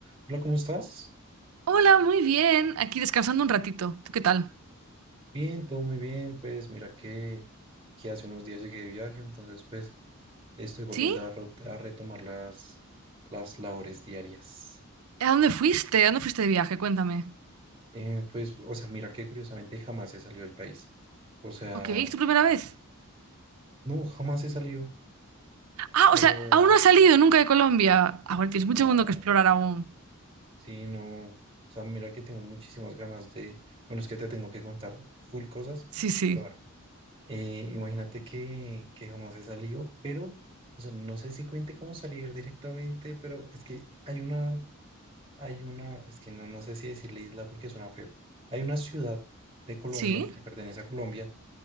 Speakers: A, on the right (about 25°); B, on the right (about 80°).
A: Hola, ¿cómo estás?
B: Hola, muy bien. Aquí descansando un ratito. ¿Tú qué tal?
A: Bien, todo muy bien. Pues mira que, que hace unos días llegué de viaje, entonces pues estoy volviendo
B: ¿Sí?
A: a, ro- a retomar las, las labores diarias.
B: ¿A dónde fuiste? ¿A dónde fuiste de viaje? Cuéntame.
A: Eh, pues, o sea, mira que curiosamente jamás he salido del país. O sea,
B: Ok, ¿es tu primera vez?
A: no, jamás he salido,
B: Ah,
A: pero
B: o sea, aún no has salido nunca de Colombia. Ahora tienes
A: no,
B: mucho mundo que explorar aún.
A: sí, no. O sea, mira que tengo muchísimas ganas de, bueno, es que te tengo que contar full cosas,
B: Sí, sí.
A: pero bueno. Eh, imagínate que, que jamás he salido, pero, o sea, no sé si cuente cómo salir directamente, pero es que hay una, hay una, es que no, no sé si decirle isla porque suena feo. Hay una ciudad de Colombia
B: Sí.
A: que pertenece a Colombia